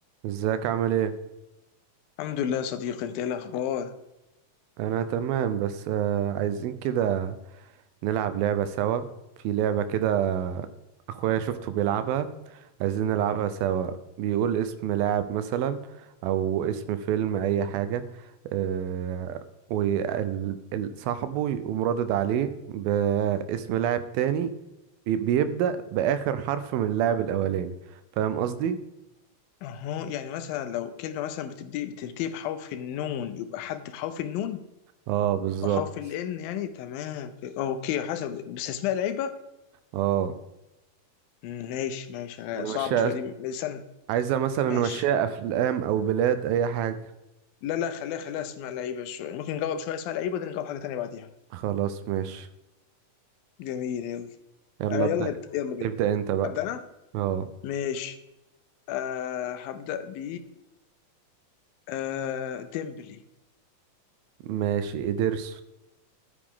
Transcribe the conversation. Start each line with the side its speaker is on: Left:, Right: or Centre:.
Right: ازيك عامل ايه
Left: الحمد لله يا صديقي انت ايه الاخبار
Right: انا تمام بس آه عايزين كده نلعب لعبة سوا في لعبة كده اخويا شفته بيلعبها عايزين نلعبها سوا بيقول اسم لاعب مثلا او اسم فيلم اي حاجة آه وصاحبه يقوم رادد عليه باسم لاعب تاني بي- بيبدأ بآخر حرف من اللاعب الاولاني فاهم قصدي
Left: اهو يعني مثلا لو كلمه مثلا بتبدي بتنتهي بحرف النون يبقى حد بحرف النون
Right: اه بالظبط
Left: او حرف الان يعني تمام اوكي حسب بس اسماء لعيبه
Right: اه
Left: مم، ماشي ماشي آه،
Right: مش
Left: صعبه شويه دي استنى
Right: عايزة مثلا
Left: ماشي
Right: نمشيها أفلام أو بلاد أي حاجة
Left: لا لا خليها خليها اسماء لعيبه شويه ممكن نجاوب شويه اسماء لعيبه دي نجاوب حاجه تانيه بعديها
Right: خلاص ماشي
Left: جميل يلا
Right: يلا
Left: انا
Right: ابدأ
Left: يلا نبدأ يلا بينا
Right: ابدأ أنت بقى
Left: ابدا انا
Right: اه
Left: ماشي أه هبدا ب آه ديمبلي
Right: ماشي إدرس